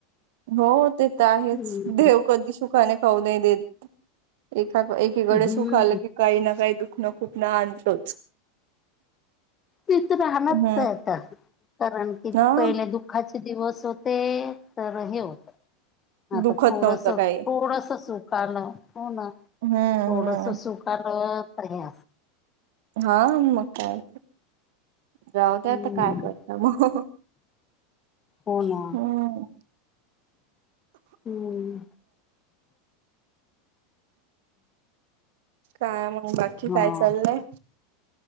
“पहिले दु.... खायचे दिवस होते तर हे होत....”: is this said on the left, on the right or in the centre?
Left